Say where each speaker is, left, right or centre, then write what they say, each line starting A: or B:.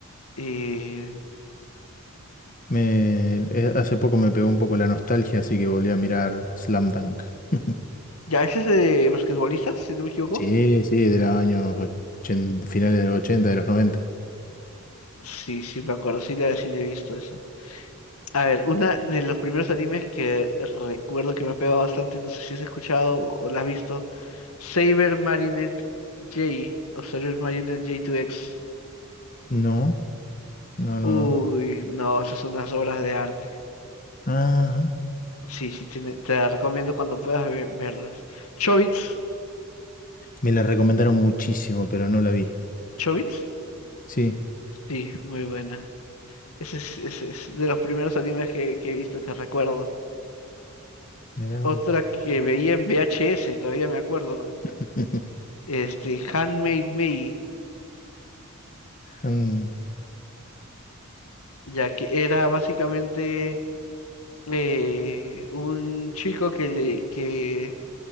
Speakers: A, on the left; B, on the left.
A: Eh,
B: Me, eh, hace poco me pegó un poco la nostalgia, así que volví a mirar Slam Dunk. <laughs>
A: ya, ese es de basquetbolistas, si no me equivoco.
B: Sí, sí, de los años 80, finales de los 80, de los noventa
A: Sí, sí me acuerdo, sí le, sí le he visto eso. A ver, una de los primeros animes que recuerdo que me ha pegado bastante, no sé si has escuchado o la has visto, Saber Marinette J o Saber Marinette J2X.
B: No, no, no,
A: Uy,
B: no.
A: no, esas son unas obras de arte.
B: Ah,
A: Sí, sí, tiene, te la recomiendo cuando puedas ver- verlas. Chobits,
B: me la recomendaron muchísimo, pero no la vi.
A: Chobits,
B: Sí.
A: sí, muy buena. Ese es, ese es de los primeros animes que, que he visto que recuerdo.
B: Mirá.
A: Otra que veía en VHS, todavía me acuerdo,
B: <laughs>
A: este, Handmade May,
B: Mm,
A: ya que era básicamente eh, un chico que le que